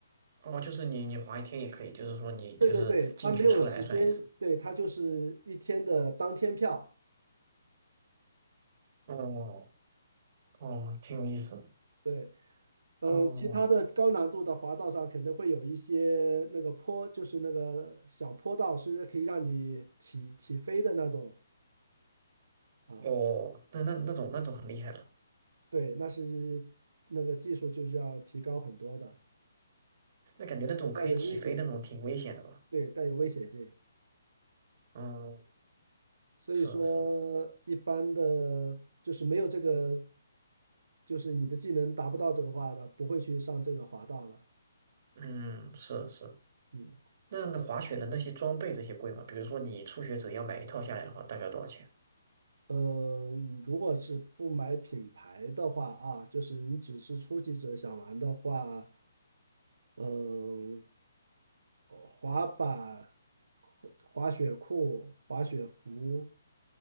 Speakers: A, on the right; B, on the right.
A: 哦，就是你你滑一天也可以，就是说你就是进去出来算一次。
B: 对对对，它没有时间，对，它就是一天的当天票。
A: 哦哦，挺有意思的。
B: 对，嗯，
A: 哦
B: 其他的高难度的滑道上肯定会有一些那个坡，就是那个小坡道是可以让你起起飞的那种啊。
A: 哦，那那那种那种很厉害了，
B: 对，那是那个技术就是要提高很多的，
A: 那感觉那种可以起飞那种挺危险的吧？
B: 现在有危险性，对，带有危险性。
A: 嗯，
B: 所以说一般的就是没有这个，
A: 是是，
B: 就是你的技能达不到这个话的，不会去上这个滑道的。
A: 嗯是是。
B: 嗯，
A: 那那滑雪的那些装备这些贵吗？比如说你初学者要买一套下来的话，大概多少钱？
B: 呃，如果是不买品牌的话啊，就是你只是初级者想玩的话，嗯、滑板、滑雪裤、滑雪服，